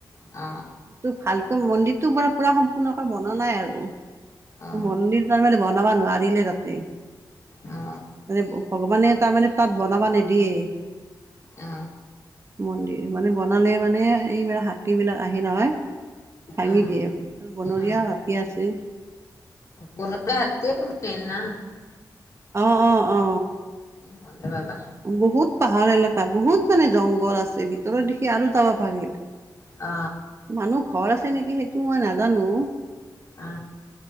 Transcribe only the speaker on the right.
টো ভালকৈ মন্দিৰটো মানে পুৰা সম্পূৰ্ণকৈ বনা নাই আৰু।
মন্দিৰ তাৰমানে বনাব নোৱাৰিলে তাতে।
মানে ভগৱানে তাৰমানে তাত বনাবা নিদিয়ে।
মন্দিৰ মানে বনালে মানে এইবিলাক হাতী বিলাক আহে নহয়। ভাঙি
দিয়ে বনৰীয়া
হাতী আছে।
অ অ অ
বহুত পাহাৰ এলেকা বহুত মানে জংঘল আছে ভিতৰত দেখি আৰু যাব পাৰিল।
মানুহ ঘৰ আছে নেকি সেইটো মই নাজানো।